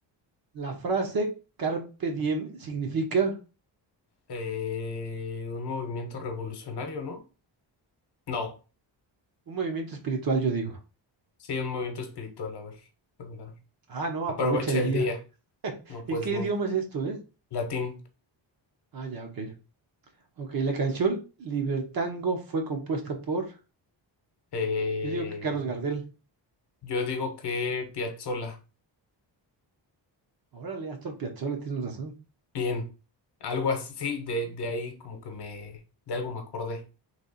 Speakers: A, on the right; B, on the left.
A: La frase Carpe Diem significa
B: Eh, un movimiento revolucionario, ¿no? No.
A: un movimiento espiritual, yo digo.
B: Sí, un movimiento espiritual. A ver. ¿verdad?
A: Ah, no,
B: Aprovecha
A: aprovecha el día.
B: el día. No,
A: ¿En
B: pues
A: qué
B: no.
A: idioma es esto, eh?
B: Latín.
A: Ah, ya, ok. Ok, la canción Libertango fue compuesta por,
B: Eh,
A: yo digo que Carlos Gardel.
B: yo digo que Piazzolla.
A: Órale, Astor Piazzolla, tienes razón.
B: Bien, algo así, sí, de, de ahí como que me, de algo me acordé.